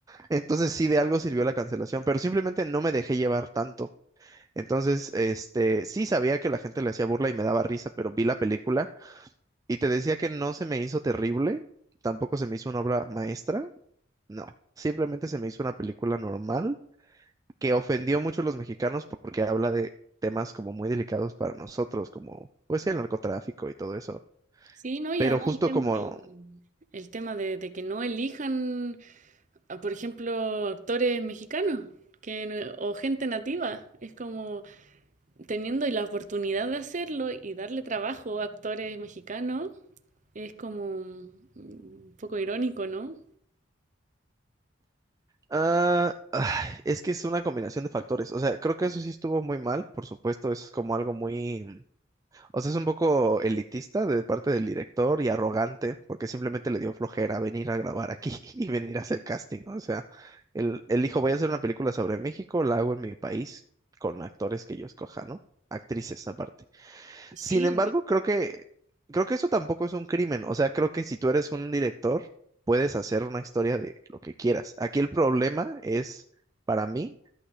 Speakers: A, on the right; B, on the right.
A: Entonces sí, de algo sirvió la cancelación, pero simplemente no me dejé llevar tanto. Entonces, este, sí sabía que la gente le hacía burla y me daba risa, pero vi la película y te decía que no se me hizo terrible, tampoco se me hizo una obra maestra, no, simplemente se me hizo una película normal que ofendió mucho a los mexicanos porque habla de temas como muy delicados para nosotros, como pues sí, el narcotráfico y todo eso.
B: Sí, no, y
A: Pero
B: además
A: justo
B: el tema
A: como
B: del, el tema de, de que no elijan, ah, por ejemplo, actores mexicanos que, no- o gente nativa. Es como teniendo la oportunidad de hacerlo y darle trabajo a actores mexicanos, es como mm, un poco irónico, ¿no?
A: ah, ay, es que es una combinación de factores. O sea, creo que eso sí estuvo muy mal, por supuesto, eso es como algo muy O sea, es un poco elitista de parte del director y arrogante, porque simplemente le dio flojera venir a grabar aquí <laughs> y venir a hacer casting. O sea, él, él dijo, voy a hacer una película sobre México, la hago en mi país con actores que yo escoja, ¿no? Actrices aparte.
B: Sí,
A: Sin embargo, creo que, creo que eso tampoco es un crimen. O sea, creo que si tú eres un director, puedes hacer una historia de lo que quieras. Aquí el problema es, para mí,